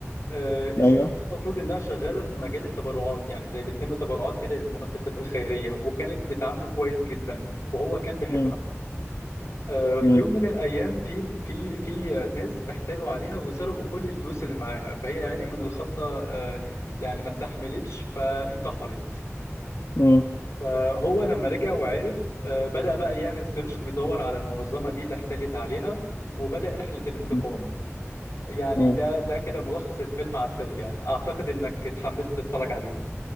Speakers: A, on the left; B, on the left.
A: آه، الست
B: ايوه
A: دي المفروض إنها شغالة في مجال التبرعات يعني زي بتلم تبرعات كده للمؤسسات الخيرية وكانت بتعامله كويس جدا وهو كان بيحبها
B: مم.
A: آه، في
B: مم.
A: يوم من الأيام في في في ناس احتالوا عليها وسرقوا كل الفلوس اللي معاها فهي يعني من الخضة آه، يعني ما استحملتش فانتحرت
B: مم.
A: فهو لما رجع وعرف آه، بدأ بقى يعمل سيرش ويدور على المنظمة دي اللي احتلت عليها وبدأ رحلة الانتقام
B: مم.
A: يعني
B: مم.
A: ده ده كده ملخص الفيلم على السريع أعتقد إنك اتحمست تتفرج عليه